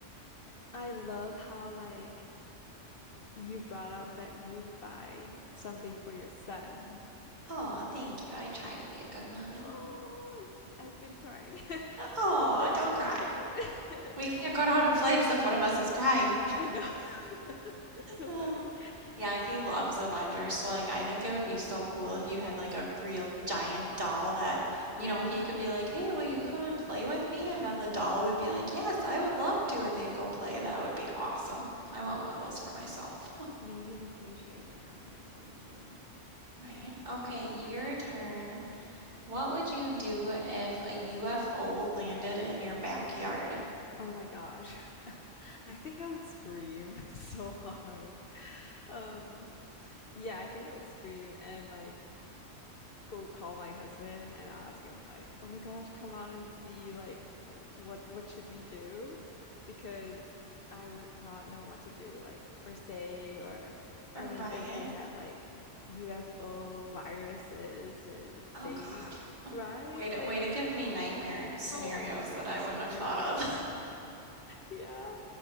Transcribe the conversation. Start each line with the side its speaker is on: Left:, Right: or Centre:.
Left: I love how like you brought up that you'd buy something for your son.
Right: Oh, thank you. I try to be a good mommy.
Left: Oh, I- have been crying. <laughs>
Right: Oh,
Left: That's
Right: don't
Left: so
Right: cry.
Left: cute. <laughs>
Right: We can't go down in flames if one of us is crying.
Left: I know. <laughs> That's so
Right: Oh,
Left: funny.
Right: yeah, he loves Avengers, so like I think it would be so cool if you had like a real giant doll that, you
Left: Oh
Right: know,
Left: yeah.
Right: he could be like, "Hey, will you come and play with me?" And then the doll would be like, "Yes, I would love to." And they'd go play. That would be awesome. I want one of those for myself. <laughs>
Left: Maybe in the future, yeah, we could totally do that.
Right: Right. Okay, your
Left: Okay.
Right: turn. What would you do if a UFO landed in your backyard?
Left: Oh my gosh. <laughs> I think I would scream <laughs> so hard. Um, yeah, I think I would scream and like go call my husband and ask him like, "Oh my gosh, come out and see like what what should we do?" Because I would not know what to do like or say or
Right: Right.
Left: I mean if they had like UFO viruses, if it's safe,
Right: Oh God.
Left: right?
Right: Way to
Left: Like,
Right: way to give me nightmare scenarios
Left: oh my gosh, I'm
Right: that
Left: so
Right: I
Left: sorry.
Right: wouldn't have thought of.
Left: <laughs> yeah.